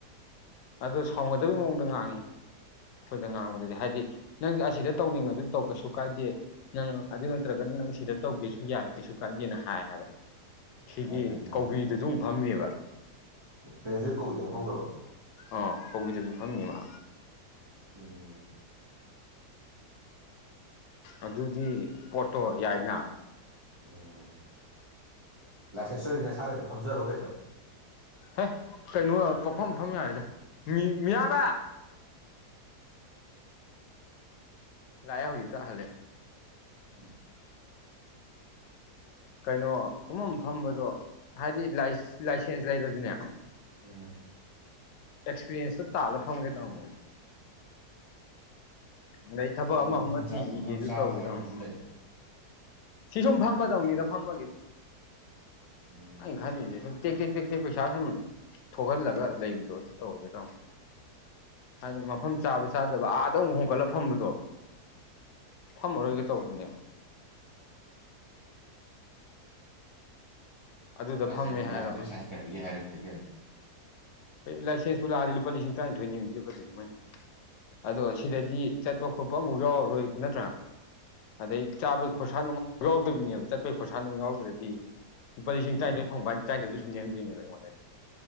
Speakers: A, on the left (about 80°); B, on the right (about 25°).
A: ꯑꯣ ꯁꯥꯎꯅꯗꯕꯩ ꯃꯑꯣꯡꯗ ꯉꯥꯡꯉꯤ ꯑꯩꯈꯣꯏꯗ ꯉꯥꯡꯕꯗꯗꯤ ꯍꯥꯏꯗꯤ ꯅꯪ ꯑꯁꯤꯗ ꯇꯧꯅꯤꯡꯉꯁꯨ ꯇꯧ ꯀꯩꯁꯨ ꯀꯥꯏꯗꯦ ꯅꯪ ꯑꯗꯨ ꯅꯠꯇ꯭ꯔꯒ ꯅꯪ ꯁꯤꯗ ꯇꯧꯒꯦꯁꯨ ꯌꯥꯏ ꯀꯩꯁꯨ ꯀꯥꯏꯗꯦꯅ ꯍꯥꯏ ꯍꯥꯏꯕ ꯁꯤꯒꯤ
B: ꯍꯥꯏꯔꯛꯀꯅꯤ ꯍꯥꯏꯔꯛꯀꯅꯤ
A: ꯀꯧꯕꯤꯗꯨꯁꯨ ꯑꯃꯨꯛ ꯐꯝꯃꯤꯕ
B: ꯄ꯭ꯔꯦꯝꯖꯣꯏ ꯀꯧꯏꯗ ꯐꯪꯈ꯭ꯔꯕ
A: ꯑꯥ ꯍꯧꯕꯤꯗꯁꯨ ꯐꯝꯃꯤ ꯃꯥ
B: ꯍꯝ
A: ꯑꯗꯨꯗꯤ ꯄꯣꯠꯇꯣ ꯌꯥꯏꯅ
B: ꯎꯝ ꯂꯥꯏꯁꯦꯟꯁ ꯁꯗ ꯅꯁꯥꯈꯅꯣ ꯐꯝꯖꯔꯣ ꯀꯩꯅꯣ
A: ꯍꯦ ꯀꯩꯅꯣ ꯄꯣꯛꯐꯝ ꯃꯐꯝ ꯌꯥꯔꯦꯗ ꯃꯤꯌꯥꯝꯃꯦ ꯂꯥꯛꯑꯦ ꯍꯧꯖꯤꯛꯇꯛꯇ ꯍꯂꯦ
B: ꯎꯝ
A: ꯀꯩꯅꯣ ꯐꯨꯝꯐꯝ ꯐꯝꯕꯗꯣ ꯍꯥꯏꯗꯤ ꯂꯥꯏꯁꯦꯟꯁ ꯂꯩꯔꯁꯨꯅꯦ
B: ꯎꯝ
A: ꯑꯦꯛꯁꯄꯤꯔꯤꯌꯦꯟꯁ ꯇꯥꯂ ꯐꯪꯒꯦ ꯀꯃ ꯑꯗꯩ ꯊꯕꯛ
B: ꯃꯥꯅꯦ
A: ꯑꯃ
B: ꯃꯐꯝ
A: ꯑꯃ ꯊꯤꯈꯤꯒꯦꯁꯨ
B: ꯃꯐꯝ ꯆꯥꯕ
A: ꯇꯧꯒꯦ
B: ꯍꯥꯏꯕ
A: ꯇꯃ
B: ꯑꯃꯁꯨ ꯂꯩ
A: ꯁꯤ ꯁꯨꯝ ꯐꯝꯃꯗꯧꯅꯤꯗ ꯐꯝꯕꯒꯤꯗ
B: ꯎꯝ
A: ꯑꯩꯅ ꯈꯜꯂꯤꯁꯦ ꯁꯨꯝ ꯇꯦꯛ ꯇꯦꯛ ꯇꯦꯛ ꯇꯦꯛ ꯄꯩꯁꯥ ꯁꯨꯝ ꯊꯣꯛꯍꯜꯂꯒ ꯂꯩꯕꯗꯣ ꯑꯗꯨ ꯇꯧꯔꯒꯦ ꯇꯧꯅꯤ ꯍꯥꯏꯗꯤ ꯃꯐꯝ ꯆꯥꯕ ꯆꯥꯗꯕ ꯑꯥꯗ ꯑꯃꯨꯛ ꯍꯣꯡꯀꯠꯂ ꯐꯝꯕꯗꯣ ꯊꯝꯃꯔꯣꯏꯒꯦ ꯇꯧꯕꯅꯦꯕ ꯑꯗꯨꯗ
B: ꯑꯣꯏ ꯅꯆꯦꯡꯁꯨ
A: ꯐꯝꯃꯦ ꯍꯥꯏꯔꯣ
B: ꯂꯥꯛꯑꯣꯏ ꯁ ꯍꯥꯏ ꯀꯕꯤꯒꯦ ꯍꯥꯏꯔꯗꯤ ꯐꯩꯒꯦ
A: ꯂꯥꯏꯁꯦꯟꯁꯁꯨ ꯂꯥꯗ ꯂꯨꯄꯥ ꯂꯤꯁꯤꯡ ꯇꯔ ꯊ ꯀ ꯑꯗꯣ ꯁꯤꯗꯗꯤ ꯆꯠꯄ ꯈꯣꯠꯄ ꯑꯃꯨꯛ ꯌꯥꯎꯔꯔꯣꯏ ꯅꯠꯇ꯭ꯔꯥ ꯑꯗꯩ ꯆꯥꯕꯩ ꯈꯣꯔꯁꯥ ꯅꯨꯡ ꯌꯥꯎꯗꯕꯤꯅꯦꯕ ꯆꯠꯄꯩ ꯈꯣꯔꯁꯥ ꯅꯨꯡ ꯌꯥꯎꯗ꯭ꯔꯗꯤ ꯂꯨꯄꯥ ꯂꯤꯁꯤꯡ
B: ꯎꯝ
A: ꯇꯔꯥꯅꯤꯊꯣꯏ ꯐꯪꯕ ꯍꯥꯏꯗꯤ ꯇꯔꯥꯅꯤꯊꯣꯏꯗ ꯁꯨꯝ ꯅꯦꯝꯗꯣꯏꯅꯦꯕ ꯑꯩꯉꯣꯟꯗ